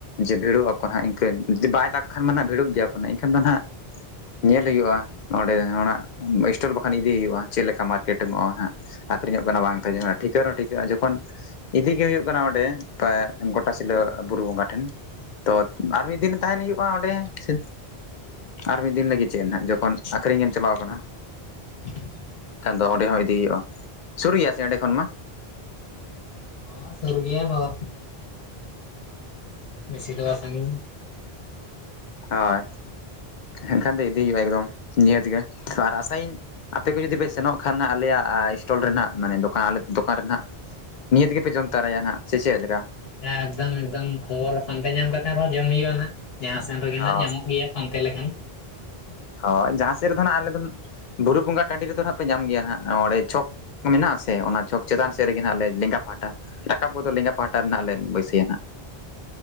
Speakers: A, on the left; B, on the left.
A: ᱡᱮ ᱵᱷᱤᱲᱚᱜ ᱟᱠᱚ ᱦᱟᱸᱜ ᱤᱱᱠᱟᱹ ᱡᱩᱫᱤ ᱵᱟᱭ ᱫᱟᱜᱽ ᱠᱷᱟᱱ ᱢᱟ ᱱᱟᱜ ᱵᱷᱤᱲᱚᱜ ᱜᱮᱭᱟ ᱠᱚ ᱮᱱᱠᱷᱟᱱ ᱫᱚ ᱦᱟᱸᱜ᱾ ᱧᱮᱞ ᱦᱩᱭᱩᱜᱼᱟ ᱚᱸᱰᱮ ᱚᱱᱟ ᱥᱴᱚᱞ ᱵᱟᱠᱷᱟᱱ ᱤᱫᱤ ᱦᱩᱭᱩᱜᱼᱟ ᱪᱮᱫᱞᱮᱠᱟ ᱢᱟᱨᱠᱮᱴ ᱮᱢᱚᱜᱼᱟ ᱦᱟᱜ ᱟᱹᱠᱷᱨᱤᱧᱚᱜ ᱠᱟᱱᱟ ᱵᱟᱝ ᱛᱟᱦᱮᱸ ᱴᱷᱤᱠᱟᱹᱜ ᱨᱮᱦᱚᱸ ᱴᱤᱠᱟᱹᱜᱼᱟ ᱡᱚᱠᱷᱚᱱ ᱤᱫᱤᱜᱮ ᱦᱩᱭᱩᱜ ᱠᱟᱱᱟ ᱚᱸᱰᱮ ᱮ ᱜᱚᱴᱟᱥᱤᱞᱟᱹ ᱵᱩᱨᱩ ᱵᱚᱸᱜᱟ ᱴᱷᱮᱱ ᱛᱚ ᱟᱨ ᱢᱤᱫ ᱫᱤᱱ ᱛᱟᱦᱮᱱ ᱦᱩᱭᱩᱜ-ᱟ᱾ ᱢᱟ ᱚᱸᱰᱮ ᱥᱮ ᱟᱨ ᱢᱤᱫ ᱫᱤᱱ ᱞᱟᱹᱜᱤᱫ ᱪᱮᱫ ᱱᱟ ᱡᱚᱠᱷᱚᱱ ᱟᱹᱠᱷᱨᱤᱧ ᱮᱢ ᱪᱟᱞᱟᱣ ᱠᱟᱱᱟ
B: <inaudible>
A: ᱮᱱᱠᱷᱟᱱ ᱫᱚ ᱚᱸᱰᱮ ᱦᱚᱸ ᱤᱫᱤᱭ ᱦᱩᱭᱩᱜᱼᱟ ᱥᱩᱨ ᱜᱮᱭᱟ ᱥᱮ ᱚᱸᱰᱮ ᱠᱷᱚᱱ ᱢᱟ
B: ᱦᱚᱸ ᱥᱩᱨᱜᱤᱭᱟ ᱵᱟᱵᱟ ᱵᱤᱥᱤ ᱫᱚ ᱵᱟᱝ ᱥᱟᱺᱜᱤᱧ
A: ᱦᱳᱭ ᱮᱱᱠᱷᱟᱱ ᱫᱚ ᱤᱫᱤ ᱦᱩᱭᱩᱜᱼᱟ ᱮᱠᱫᱚᱢ ᱱᱤᱭᱟᱹᱛᱜᱮ ᱟᱨ ᱟᱥᱟᱭᱟᱧ ᱟᱯᱮ ᱠᱚ ᱡᱩᱫᱤ ᱯᱮ ᱥᱮᱱᱚᱜ ᱠᱷᱟᱱ ᱦᱟᱜ ᱟᱞᱮᱭᱟᱜ ᱥᱴᱚᱞ ᱨᱮ ᱱᱟᱜ ᱫᱚᱠᱟᱱ ᱟᱞᱮ ᱫᱚᱠᱟᱱ ᱨᱮ ᱱᱟᱜ ᱱᱤᱦᱟ. ᱛ ᱜᱮᱯᱮ ᱡᱚᱢ ᱛᱚᱨᱟᱭᱟ ᱱᱟᱜ ᱥᱮ ᱪᱮᱫ ᱞᱮᱠᱟ?
B: ᱟᱪᱪᱷᱟ ᱮᱠᱫᱚᱢ ᱮᱠᱫᱚᱢ ᱠᱷᱚᱵᱚᱨ ᱨᱮ ᱯᱟᱱᱛᱮ ᱧᱟᱢ ᱠᱟᱛᱮ ᱨᱮᱦᱚᱸ ᱡᱚᱢ ᱦᱩᱭᱩᱜᱼᱟ ᱱᱟᱜ ᱡᱟᱦᱟᱸ ᱥᱮᱱ ᱨᱮᱜᱮ
A: ᱦᱚᱸ
B: ᱱᱟᱜ ᱧᱟᱢᱚᱜ ᱜᱮᱭᱟ ᱯᱟᱱᱛᱮ ᱞᱮᱠᱷᱟᱱ
A: ᱦᱳᱭ ᱡᱟᱦᱟᱸ ᱥᱮᱫ ᱨᱮᱫᱚ ᱦᱟᱜ ᱟᱞᱮ ᱫᱚ ᱵᱩᱨᱩ ᱵᱚᱸᱜᱟ ᱴᱟᱺᱰᱤ ᱨᱮᱫᱚ ᱦᱟᱸᱜ ᱯᱮ ᱧᱟᱢ ᱜᱮᱭᱟ ᱦᱟᱜ ᱚᱸᱰᱮ ᱪᱚᱠ ᱢᱮᱱᱟᱜ ᱟᱥᱮ ᱚᱱᱟ ᱪᱷᱚᱠ ᱪᱮᱛᱟᱱ ᱥᱮᱫ ᱨᱮᱜᱮ ᱦᱟᱜ ᱞᱮᱸᱜᱟ ᱯᱟᱦᱴᱟ ᱨᱟᱠᱟᱵ ᱜᱚᱫᱚᱜ ᱞᱮᱸᱜᱟ ᱯᱟᱦᱟᱴᱟ ᱨᱮᱱᱟᱜ ᱞᱮ ᱵᱟᱹᱭᱥᱟᱹᱭᱟ ᱱᱟᱜ